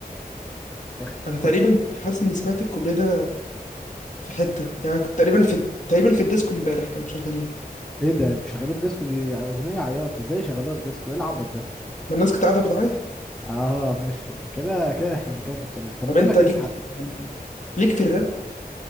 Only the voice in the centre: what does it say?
وخ...
وخ...
ايه ده مش شغالوها في ديسكو دي أغنية عياط ازاي شغالوها في ديسكو ايه العبط ده؟
اه ماشي كده كده احنا بنتكلم في التمام طب
بقول
لك
ايه اسحاق